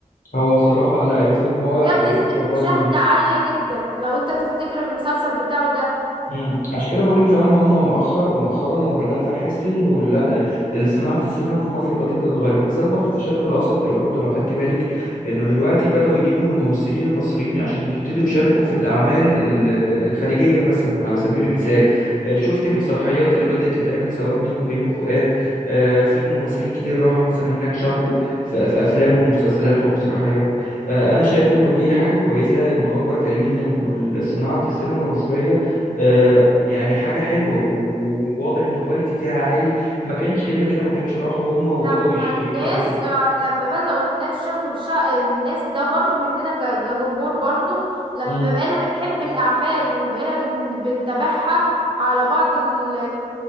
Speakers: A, on the left (about 80°); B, on the right (about 40°).
A: هو الصراحة لا الفيلم هو على
B: وجاب نسبه
A: فكرة غير
B: مشاهده
A: من نفسه
B: عاليه جدا لو انت تفتكر المسلسل بتاعه ده
A: امم عشان كده بقول لك فعلا هم مؤخر مؤخرا انا بدات احس انه لا صناعه السينما في مصر بدات تتغير بالذات برضه في الشرق الاوسط اللي برضه لو خدت بالك انه دلوقتي بداوا يجيبوا الممثلين المصريين عشان يبتدوا يشاركوا في الاعمال ال- الخليجيه مثلا على سبيل المثال آه، شفت المسرحيات اللي بدات تتعمل سواء من بيومي فؤاد آه، في ممثلين كتير راحوا مثلا هناك شاركوا في في افلام ومسلسلات ومسرحيات آه، انا شايف انه دي حاجه كويسه انه اكبر دليل انه صناعه السينما المصريه آه، يعني حاجة حلوة وواضح ان الكواليتي فيها عالي ما كانش الا كده ما كانش راحوا هم وبدأوا
B: لما
A: يش-
B: الناس
A: يشاركوا
B: آه، لما بدأوا الناس شافوا الشع... الناس ده برضو مننا ك- كجمهور برضو لما
A: امم
B: بقينا بنحب الأعمال وبقينا بن... بنتابعها على بعض ال...